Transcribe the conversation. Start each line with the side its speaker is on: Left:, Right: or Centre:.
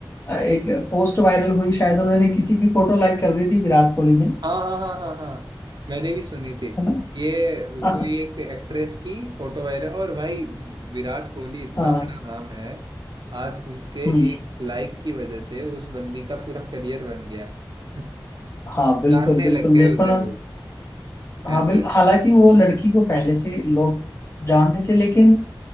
Left: अ, एक पोस्ट वायरल हुई शायद उन्होंने किसी की फोटो लाइक कर दी थी विराट कोहली ने
Right: हाँ हाँ हाँ हाँ हाँ मैंने भी सुनी थी
Left: है
Right: ये
Left: ना
Right: कोई
Left: <laughs>
Right: एक एक्ट्रेस की फोटो वायरल और भाई विराट कोहली इतना
Left: हाँ
Right: बड़ा नाम है आज उनके
Left: हम्म
Right: एक लाइक की वजह से उस बंदी का पूरा करियर बन गया <laughs>
Left: हाँ बिल्कुल
Right: जानने
Left: बिल्कुल
Right: लग गए
Left: देखो
Right: उसे
Left: ना
Right: लोग ऐसा
Left: हाँ बिल्कुल
Right: है
Left: हालांकि वो लड़की को पहले से लोग जानते थे लेकिन